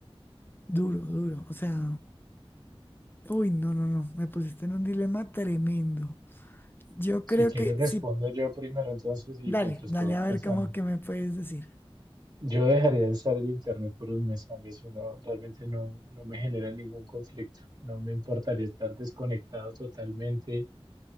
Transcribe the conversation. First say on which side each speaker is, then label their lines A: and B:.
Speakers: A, on the left (about 20°); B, on the right (about 45°).
A: Duro, duro, o sea, uy, no, no, no, me pusiste en un dilema tremendo. Yo
B: Si
A: creo
B: quieres,
A: que
B: respondo
A: si
B: yo primero entonces y
A: Dale,
B: mientras
A: dale,
B: tú vas
A: a
B: pensando.
A: ver cómo que me puedes decir.
B: Yo dejaría de usar el internet por un mes. A mí eso no, realmente no, no me genera ningún conflicto. No me importaría estar desconectado totalmente.